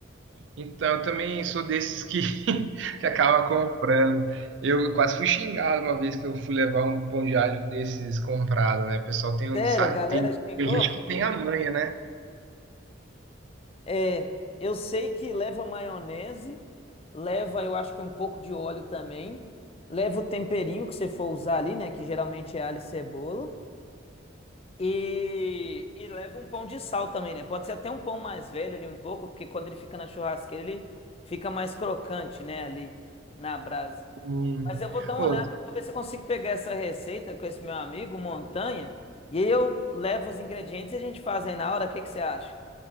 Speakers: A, on the right (about 60°); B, on the left (about 30°).
A: Então, eu também sou desses que, <laughs> que acaba comprando. Eu quase fui xingado uma vez que eu fui levar um pão de alho desses comprado, né? O pessoal tem, um-
B: Sério,
A: sa-
B: a galera
A: tem,
B: xingou?
A: tem gente que tem a manha, né?
B: É, eu sei que leva maionese, leva, eu acho que um pouco de óleo também, leva o temperinho que você for usar ali, né, que geralmente é alho e cebola, e, e leva um pão de sal também, né? Pode ser até um pão mais velho ali um pouco, porque quando ele fica na churrasqueira ele fica mais crocante, né, ali na brasa.
A: Hum.
B: Mas eu vou dar uma
A: Ô,
B: olhada para ver se eu consigo pegar essa receita com esse meu amigo, Montanha, e aí eu levo os ingredientes e a gente faz aí na hora, o que que você acha?